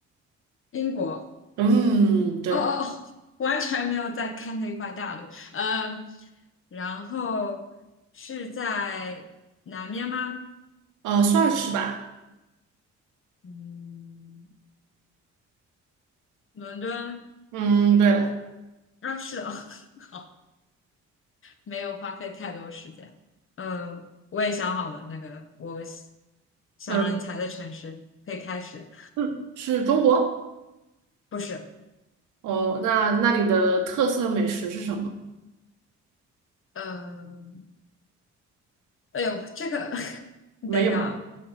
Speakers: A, on the left (about 45°); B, on the right (about 85°).
A: 英国。
B: 嗯，对，
A: 哦哦哦，完全没有在看那块大陆，嗯，然后是在南面吗？
B: 呃，算是吧。
A: 嗯，伦敦
B: 嗯，对了。
A: 啊，是哦，<laughs> 好，没有花费太多时间。嗯，我也想好了，那个我想想让你猜的城市可以开始，
B: 呃嗯，是中国？
A: 不是，
B: 哦，那那里的特色美食是什么？
A: 嗯，哎呦，这个，<laughs> 你等一下啊，
B: 没有。